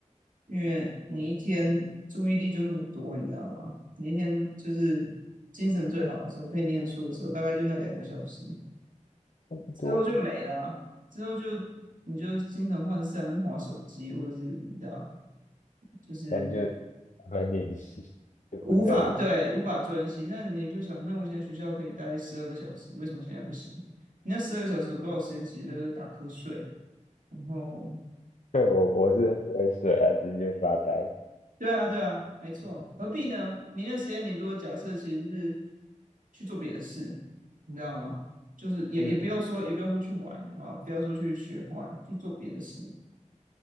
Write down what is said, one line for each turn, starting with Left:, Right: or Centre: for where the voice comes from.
Right: 因为你一天注意力就那么多，你知道吗？你一天就是精神最好的时候，可以念书的时候，大概就那两个小时，
Left: 差不多，
Right: 之后就没了啊之后就你就精神涣散，划手机或者是你知道。就是
Left: 但就慢慢练习，就不得已。
Right: 无法对无法专心。
Left: <laughs>
Right: 那你就想，那我现在学校可以待十二个小时，为什么现在不行？你那十二个小时有多少时间其实都是打瞌睡，然后。
Left: 对，我我是不会睡啊，只是就发呆。
Right: 对啊，对啊，没错，何必呢？你那时间，你如果假设其实是去做别的事，你知道吗？就是也也不要说，
Left: 嗯，
Right: 也不用说去玩，好不好？不要说去学坏，去做别的事，